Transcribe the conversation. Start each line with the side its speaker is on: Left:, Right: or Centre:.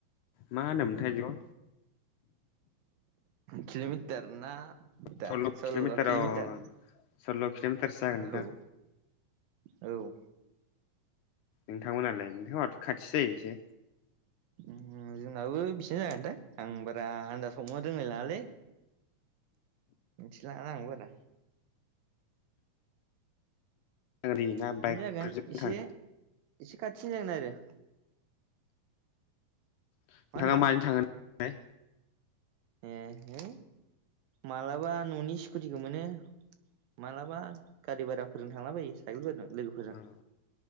Left: मा होनोमथाय इदिखौ
Right: किलोमिटार ना मिटार
Left: सल्ल किल मिटार
Right: किल'मिटार
Left: अ अ औ सल्ल किल मिटारसो जागोन नोंथां
Right: औ औ
Left: नोंथांमोनालाय नोंथांहाथ खाथिसो जायो इसे
Right: उ जोंनाबो बिसिनो जागोनथां आं बारा आनदास हमनो रोंलायलाङालै मिथिला ना आं बारा
Left: गारि ना
Right: बिदिनो
Left: बाइकफोरजों
Right: जागोन एसे
Left: थाङो
Right: एसे खाथिनि जागोन आरो
Left: नोंथाङा
Right: मा होनदों
Left: माजों थांगोन नाय
Right: ए है मालाबा ननि स्कुटिखौ मोनो मालाबा गारि भाराफोरजों थांला बायो साइकेलफोरजों लोगोफोरजों
Left: उम